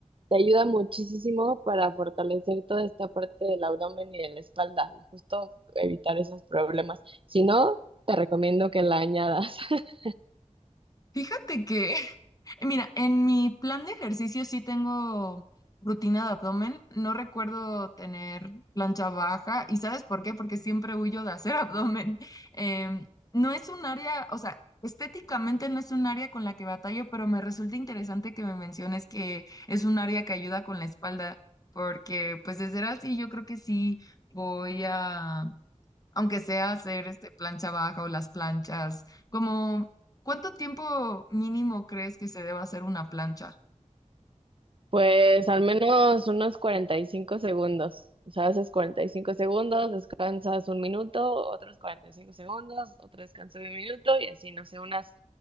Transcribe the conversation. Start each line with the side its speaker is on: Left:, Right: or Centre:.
Right: te ayuda muchísimo para fortalecer toda esta parte del abdomen y de la espalda y justo evitar esos problemas. Si no, te recomiendo que la añadas. <laughs>
Left: Fíjate que <laughs> Mira, en mi plan de ejercicio sí tengo rutina de abdomen. No recuerdo tener plancha baja. ¿Y sabes por qué? Porque siempre huyo de hacer <laughs> abdomen. Em, no es un área, o sea, estéticamente no es un área con la que batallo, pero me resulta interesante que me menciones que es un área que ayuda con la espalda, porque pues de ser así yo creo que sí voy a aunque sea hacer este plancha baja o las planchas, como ¿cuánto tiempo mínimo crees que se deba hacer una plancha?
Right: Pues al menos unos 45 segundos. O sea, haces 45 segundos, descansas un minuto, otros 45 segundos, otro descanso de un minuto y así, no sé, unas